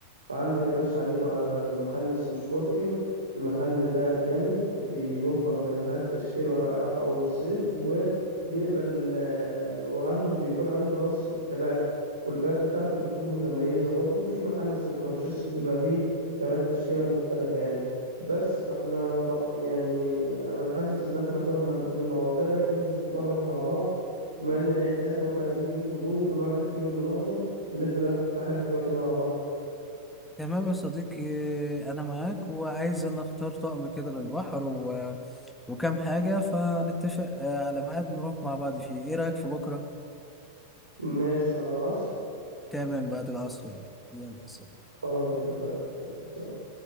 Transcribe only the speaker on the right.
فعندك يا باشا عليكوا على محل اسمه سبورتنج المحل ده جامد بيوفر مايوهات تشكيله رائعه في اول الصيف وبيقبل آه، وعنده بيكون عنده اصلا كبات والكبات بتاعته بتكون متميزه برضو في محل اسمه فرانشيسكو بيبقى فيه كبات تشكيله مختلفه يعني بس فاحنا طب يعني انا حاسس ان احنا تهنا عن الاتنين مع بعض ايه رايك ننزل في مره مع بعض بما ان العيد داخل واحنا عايزين نجيب هدوم وكل واحد يجيب اللي ناقصه نلف لفه حلوه كده مع بعض
ماشي بعد العصر
خلاص اتفقنا يلا سلام.